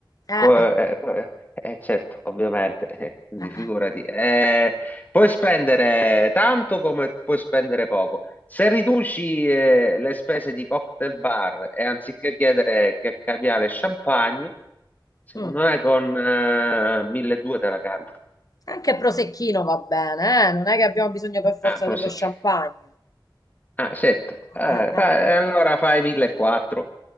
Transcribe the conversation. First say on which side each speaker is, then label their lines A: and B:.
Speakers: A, on the left; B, on the left.
A: Eh,
B: Co- eh, eh, eh, eh, certo, ovviamente, eh, quindi
A: eh,
B: figurati. Eh, puoi spendere tanto come puoi spendere poco. Se riduci, eh, le spese di cocktail bar e anziché chiedere che caviale e champagne, secondo
A: mm.
B: me con eh, 1200 te la cavi.
A: Anche prosecchino va bene, eh? Non è che abbiamo bisogno per forza
B: Ah, prosecchi.
A: dello champagne.
B: Ah, certo. Ah,
A: Eh, eh.
B: fa- allora fai 1400.